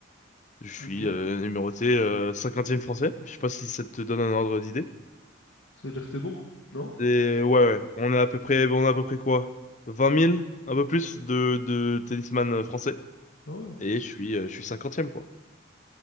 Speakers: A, on the left (about 35°); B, on the left (about 65°).
A: Je suis
B: ok.
A: euh, numéroté euh, 50 français, je sais pas si ça te donne un ordre d'idée.
B: Ça veut dire que t'es bon, non?
A: Et ouais, ouais, on est à peu près, on est à peu près quoi? vingt mille un peu plus de, de tennisman français,
B: Ah ouais,
A: et je suis, euh, je suis cinquantième quoi.